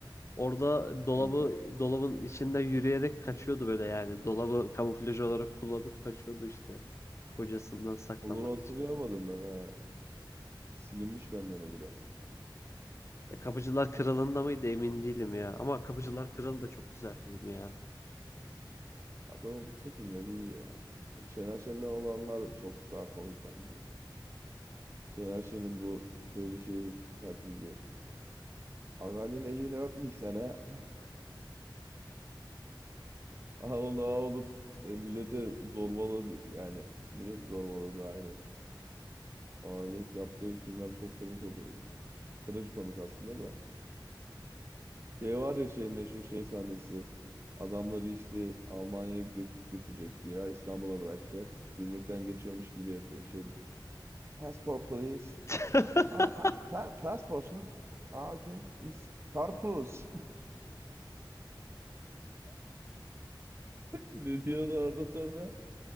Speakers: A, on the left; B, on the right.
A: Orada dolabı
B: Hı.
A: dolabın içinde yürüyerek kaçıyordu böyle yani. Dolabı kamuflaj olarak kullanıp kaçıyordu işte. Kocasından saklanmak
B: Onu hatırlayamadım
A: için.
B: ben ha. Silinmiş benden o biraz.
A: De Kapıcılar Kralı'nda mıydı emin değilim ya. Ama Kapıcılar Kralı da çok güzel film ya.
B: Adamın bütün filmleri iyi ya. Şener Şen'le olanlar çok daha komik bence. Şener Şen'in bu köylü şeyi taklidi. Ağanın elini öpmüşsen ha. <laughs> Aha onu ağa olup e, millete zorbaladı. Yani millet zorbaladı aynen. Ağalık yaptığı filmler çok komik oluyor ya. Trajikomik aslında da. Şey var ya şey meşhur şey sahnesi. Adamları işte Almanya'ya götü- götürecek ya İstanbul'a bırakacak. Gümrükten geçiyormuş gibi yapıyor. Şey, passport please.
A: <laughs>
B: Ah, pas pa- passport. lan. Ah, okay. It's karpuz. <laughs> Ne diyordu orada sonra?